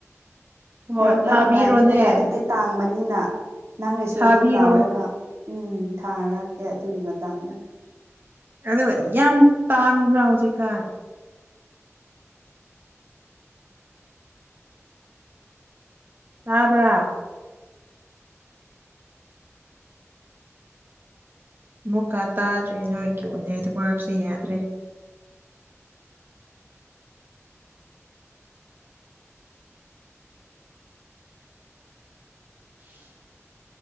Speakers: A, on the right; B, on the right.
A: ꯍꯣꯏ
B: ꯌꯣꯟꯕ
A: ꯊꯥꯕꯤꯔꯣꯅꯦ
B: ꯅꯨꯡꯉꯥꯢꯅꯤꯗꯅ ꯑꯗꯨꯗꯤ ꯇꯥꯡꯕꯅꯤꯅ ꯅꯪꯒꯤꯁꯨ
A: ꯊꯥꯕꯤꯔꯣ
B: ꯑꯗꯨꯝ ꯂꯥꯎꯔꯒ ꯎꯝ ꯊꯥꯔ ꯀꯦ ꯑꯗꯨꯒꯤ ꯃꯇꯥꯡꯗ
A: ꯑꯗꯣ ꯌꯥꯝ ꯇꯥꯡꯕ꯭ꯔꯥ ꯍꯧꯖꯤꯛꯀꯥꯟ ꯇꯥꯕ꯭ꯔꯥ ꯃꯨꯛꯀꯥ ꯇꯥꯗ꯭ꯔꯦ ꯅꯣꯢꯒꯤꯕꯨꯅꯦ ꯑꯗꯨ ꯋꯥꯏꯞꯁꯦ ꯌꯥꯗ꯭ꯔꯦ <inaudible>